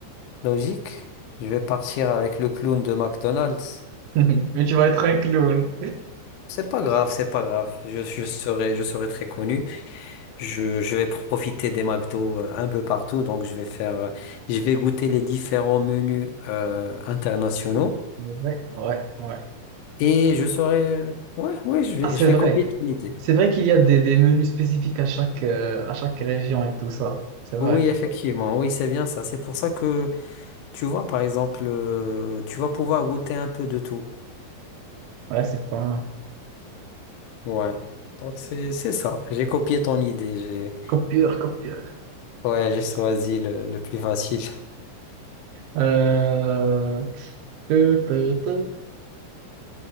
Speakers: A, on the left; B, on the right.
A: Logique, je vais partir avec le clown de McDonald's.
B: <laughs> Mais tu vas être un clown.
A: C'est pas grave, c'est pas grave. Je, je serai, je serai très connu. Je, je vais profiter des McDo euh, un peu partout. Donc, je vais faire, euh, je vais goûter les différents menus euh, internationaux.
B: Ouais, ouais, ouais.
A: Et je serai, ouais, ouais, je vais,
B: Ah, c'est
A: je vais
B: vrai.
A: copier ton idée.
B: C'est vrai qu'il y a des, des menus spécifiques à chaque, euh, à chaque région et tout ça. C'est vrai.
A: Oui, effectivement, oui, c'est bien ça. C'est pour ça que, tu vois, par exemple, euh, tu vas pouvoir goûter un peu de tout.
B: Ouais, c'est pas mal.
A: Ouais. Donc, c'est, c'est ça. J'ai copié ton idée. J'ai.
B: Copieur, copieur.
A: Ouais, j'ai choisi le, le plus facile.
B: Euh, euh,